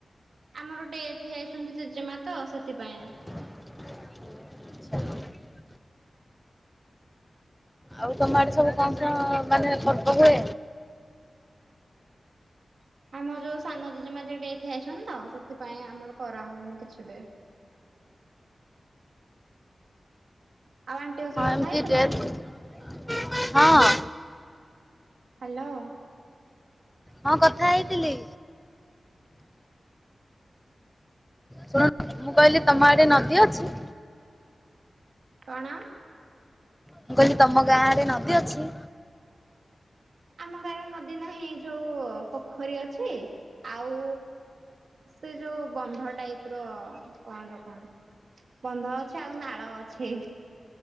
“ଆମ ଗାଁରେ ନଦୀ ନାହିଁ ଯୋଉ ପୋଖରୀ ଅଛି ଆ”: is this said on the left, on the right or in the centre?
Right